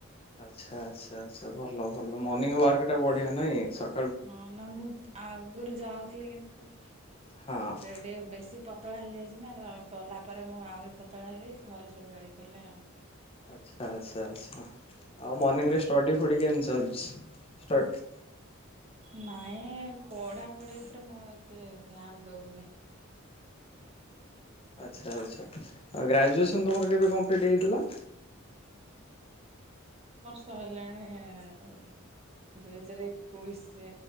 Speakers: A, on the left; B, on the right.
A: ଆଚ୍ଛା ଆଚ୍ଛା ଆଚ୍ଛା ଭଲ ଭଲ ମର୍ଣିିଂ ୱାକ ଟା ବଢିଆ ନାଇଁ ସ
B: ହଁ ନା ମୁଁ ଆଗରୁ ଯାଉଥିଲି କିନ୍ତୁ ସେ
A: ହଁ
B: ଟିକେ ବେଶୀ ପତଳା ହେଇଯାଇଛି ନା ଗଲା ପରେ ମୁଁ ଆହୁରି ପତଳା ହେଇଗଲି ଘରେ ସବୁ ଗାଳି କଲେ ଆଉ
A: ଆଚ୍ଛା ଆଚ୍ଛା ଆଛା। ଆଉ ମର୍ଣିଂରେ ଷ୍ଟଡି ଫଡି କେମିତି ଚାଲିଛି ଷ୍ଟଡ
B: ନାଇଁ ପଢା ପଢି ଉପରେ ମୁଁ ଆଉ ଏତେ ଧ୍ୟାନ ଦଉନି।
A: ଆଚ୍ଛା ଆଚ୍ଛା ଆଉ ଗ୍ରାଜୁଏସନ ତମର କେବେ କମ୍ପ୍ଲିଟ ହେଇଥିଲା?
B: ଶଇଲାଣି ଦୁଇ ହଜାରେ ଏକୋଇଶରି